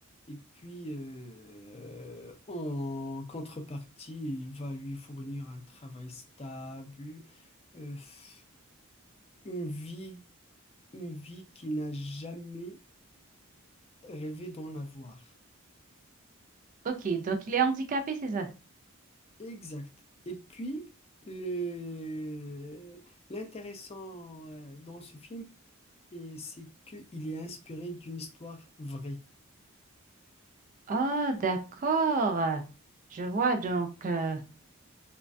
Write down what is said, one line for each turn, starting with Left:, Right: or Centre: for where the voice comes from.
Left: Et puis, euh, en contrepartie, il va lui fournir un travail stable, euh, f- une vie, une vie qu'il n'a jamais rêvé d'en avoir.
Right: Ok, donc il est handicapé, c'est ça?
Left: Exact. Et puis, le- l'intéressant euh, dans ce film, et c'est qu'il est inspiré d'une histoire vraie.
Right: Oh, d'accord. Je vois donc. euh,